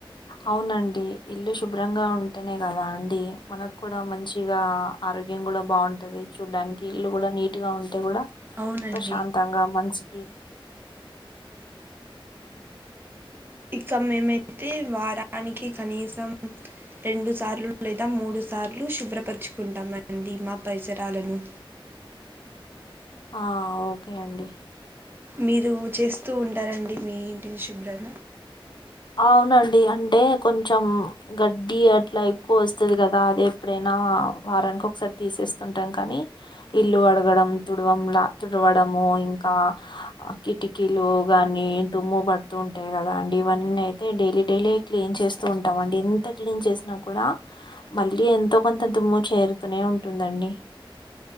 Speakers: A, on the left; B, on the right.
A: అవునండి ఇల్లు శుభ్రంగా ఉంటేనే కదా అండి మనకు కూడా మంచిగా ఆరోగ్యం కూడా బాగుంటది చూడ్డానికి ఇల్లు కూడా నీట్ గా ఉంటే కూడా
B: అవునండి
A: ప్రశాంతంగా మనసుకి
B: ఇక మేమైతే వారానికి కనీసం రెండు సార్లు లేదా మూడు సార్లు శుభ్రపరుచుకుంటామండి మా పరిసరాలను
A: ఆ ఓకే అండి
B: మీరు చేస్తూ ఉంటారండి మీ ఇంటిని శుభ్రణ
A: అవునండి అంటే కొంచెం గడ్డి అట్లా ఎక్కువ వస్తది కదా అది ఎప్పుడైనా ఆ వారానికి ఒకసారి తీసేస్తుంటాం కానీ ఇల్లు కడగడం తుడ్వం ల తుడవడము ఇంకా కిటికీలు గాని దమ్ము పట్ డుతూ ఉంటాయి కదా అండి ఇవన్నీ అయితే డైలీ డైలీ క్లీన్ చేస్తూ ఉంటాం అండి ఎంత క్లీన్ చేసినా కూడా మళ్ళీ ఎంతో కొంత దుమ్ము చేరుతూనే ఉంటుందండి